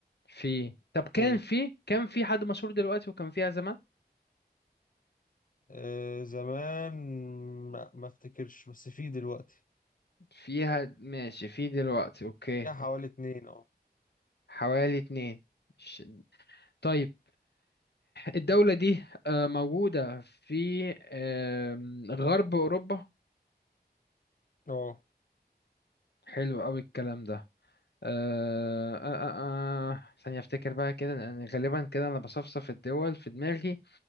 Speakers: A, on the left; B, on the left.
A: في طب كان
B: في
A: في كان في حد مشهور دلوقتي وكان فيها زمان
B: آه زمان ما ما افتكرش بس في دلوقتي
A: فيها ماشي في دلوقتي اوكي
B: فيها حوالي
A: اوكي
B: اتنين اه
A: حوالي اتنين مش طيب الدولة دي آه، موجودة في آم، غرب أوروبا
B: اه
A: حلو أوي الكلام ده آه، آه، آه، آه، ثانية أفتكر بقى كده لأن غالبا كده أنا بصفصف الدول في دماغي